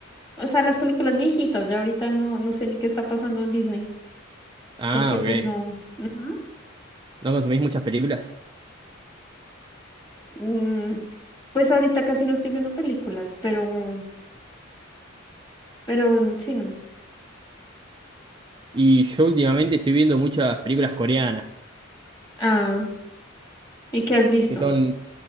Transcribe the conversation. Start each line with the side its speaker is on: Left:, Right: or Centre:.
Left: O sea, las películas viejitas, ya ahorita no, no sé ni qué está pasando en Disney,
Right: Ah,
Left: porque pues
Right: ok.
Left: no. Ujú.
Right: ¿No consumís muchas películas?
Left: Mm, pues ahorita casi no estoy viendo películas, pero, pero mm, sí, no.
Right: Y yo últimamente estoy viendo muchas películas coreanas,
Left: Ah, ¿y qué has visto?
Right: que son,